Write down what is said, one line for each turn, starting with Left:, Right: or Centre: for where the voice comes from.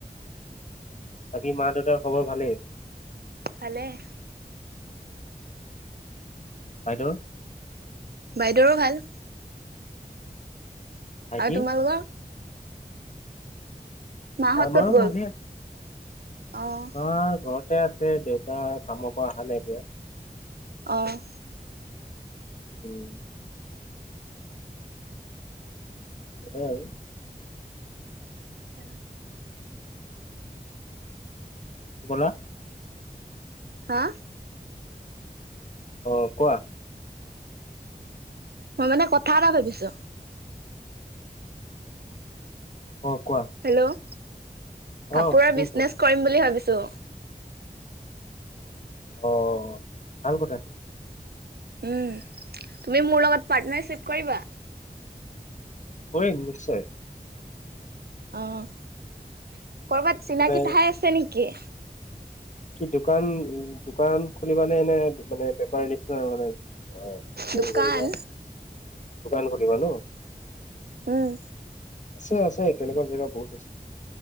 Left: বাকী, মা দেউতাৰ খবৰ ভালেই?
Right: ভালেই।
Left: বাইদেউৰ?
Right: বাইদেউৰো ভাল।
Left: ভাইটি
Right: আৰু তোমালোকৰ? মা হত
Left: আমাৰো
Right: ক'ত গ'ল?
Left: ভালেই
Right: অ'।
Left: মা ঘৰতে আছে, দেউতা কামৰ পৰা অহা নাই এতিয়া।
Right: অ'।
Left: উম। তাকে আৰু।
Right: আচ্ছা।
Left: কি ক'লা?
Right: হা?
Left: অ', কোৱা?
Right: মই মানে, কথা এটা ভাবিছো।
Left: অ', কোৱা?
Right: হেল্ল'?
Left: অ
Right: কাপোৰৰ
Left: শুনিছো
Right: বিজনেচ কৰিম বুলি ভাবিছো।
Left: অ', ভাল কথা।
Right: উম, তুমি মোৰ লগত পাৰ্টনাৰশ্বিপ কৰিবা।
Left: কৰিম, নিশ্চয়।
Right: অ', কৰ'বাত চিনাকি
Left: মানে
Right: ঠাই আছে নেকি?
Left: কি দোকান, দোকান খুলিবানে এনে মানে, বেপাৰ নিচিনা মানে, অ'। হেৰি
Right: দোকান
Left: কৰিবা, দোকান খুলিবা ন।
Right: উম
Left: আছে, আছে তেনেকুৱা জেগা বহুত আছে।